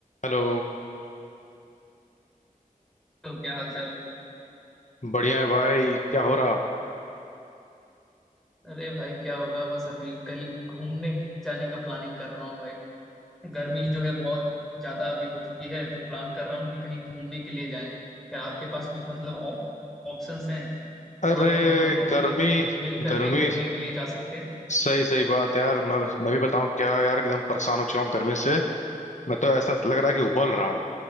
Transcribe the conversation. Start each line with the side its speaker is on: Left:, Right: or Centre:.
Left: Hello
Centre: तो क्या हाल चाल है
Left: बढ़िया है भाई क्या हो रहा
Centre: अरे भाई क्या होगा बस अभी कहीं घूमने जाने का प्लानिंग कर रहा हूँ भाई गर्मी जो है बहुत ज्यादा अभी हो चुकी है तो प्लान कर रहा हूँ कि कहीं घूमने के लिए जाएं क्या आपके पास कुछ मतलब ऑप, ऑप्शंस हैं जहाँ
Left: अरे
Centre: पे हम दोनों मतलब
Left: गर्मी
Centre: मिल करके
Left: गर्मी
Centre: घूमने के लिए जा सकते हैं
Left: सही सही बात यार मैं मैं भी बताऊं क्या यार एकदम परेशान हो चुका हूँ गर्मी से मैं तो ऐसा लग रहा है कि उबल
Centre: हाँ
Left: रहा हूँ